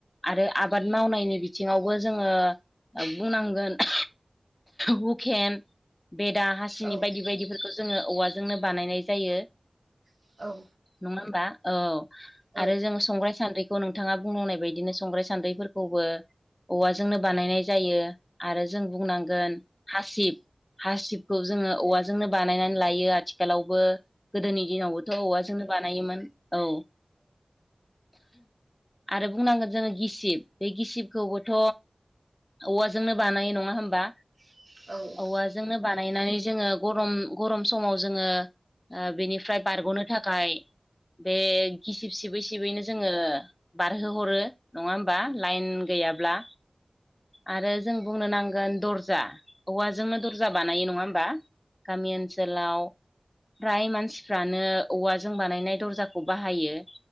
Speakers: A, on the left; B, on the right.
A: आरो आब बाद मावनायनि बिथिङावबो जोङो बुंनांगोन हुखेन बेदा हासिनि
B: औ
A: बायदि बायदिफोरखौ जोङो औवाजोंनो बानायनाय जायो
B: औ औ
A: नङा होनबा औ
B: औ
A: आरो जों संग्राय सान्द्रि खौ नोंथाङा बुंनांनाय बायदिनो संगाय सान्द्रिफोरखौ औवाजोंनो बानायनाय जायो आरो जों बुंनांगोन हासिब हासिबखौ जोङो औवाजोंनो बानायनानै लायो आथिखालावबो। गोदोनि दिनावबोथ' औवाजोंनो बानायोमोन औ। आरो बुंनांगोन जोङो गिसिब बे गिसिबखौबोथ' औवाजोंनो बानायो नङा होमबा?
B: औ।
A: औवाजोंनो बानायनानै जोङो गरम गरम समाव जोङो ओ बेनिफ्राय बारग'नो थाखाय बे गिसिब सिबै सिबैनो जोङो बारहोहरो नङा होमबा लाइन गैयाब्ला। आरो जों बुंनो नांगोन दर्जा औवाजोंनो दरजा बानायो नङा होमबा? गामि ओनसोलाव फ्राय मानसिफ्रानो औवाजों बानायनाय दर्जाखौ बाहायो।